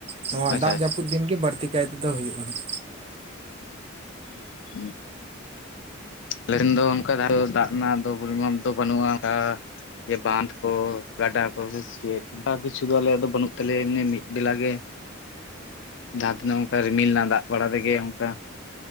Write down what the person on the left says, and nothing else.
ᱟᱪᱪᱷᱟ
ᱟᱪᱪᱷᱟ
<unintelligible> ᱟᱞᱮᱴᱷᱮᱱ ᱫᱚ ᱚᱱᱠᱟ ᱫᱟᱜ ᱨᱮᱱᱟᱜ ᱫᱚ ᱯᱚᱨᱤᱢᱟᱱ ᱫᱚ ᱵᱟᱹᱱᱩᱜᱼᱟ ᱚᱱᱠᱟ᱾ ᱡᱮ ᱵᱟᱸᱫᱷ ᱠᱚ ᱜᱟᱰᱟ ᱠᱚ ᱥᱮ ᱪᱮᱫ᱾ ᱚᱱᱠᱟ ᱠᱤᱪᱷᱩ ᱫᱚ ᱟᱞᱮᱭᱟᱜ ᱫᱚ ᱵᱟᱹᱱᱩᱜ ᱛᱟᱞᱮᱭᱟᱮ ᱢᱤᱫ ᱵᱮᱞᱟ ᱜᱮ ᱡᱟᱸᱦᱟ ᱛᱤᱱᱟᱹᱜ᱾ ᱨᱤᱢᱤᱞ ᱨᱮᱱᱟᱜ ᱫᱟᱜ ᱵᱟᱲᱟ ᱛᱮᱜᱮ ᱚᱝᱠᱟ᱾